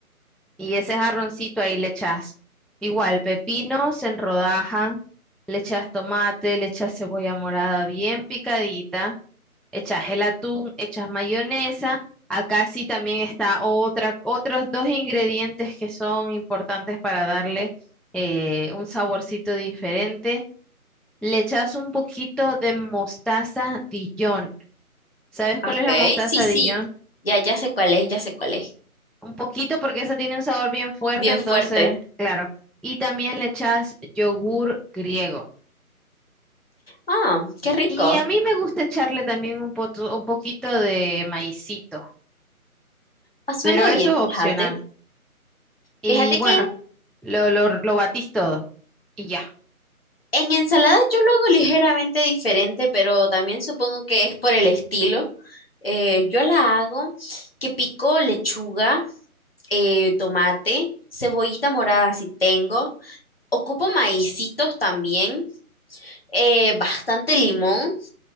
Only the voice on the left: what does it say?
ok,
sí, sí.
Ya, ya sé cuál es, ya sé cuál es.
Bien
fuerte.
Ah, qué rico.
Ah, suena
bien,
fíjate.
Fíjate
que
en ensalada yo lo hago ligeramente diferente, pero también supongo que es por el estilo. Eh, yo la hago que pico lechuga, eh, tomate, cebollita morada si tengo. Ocupo maicitos también, eh, bastante limón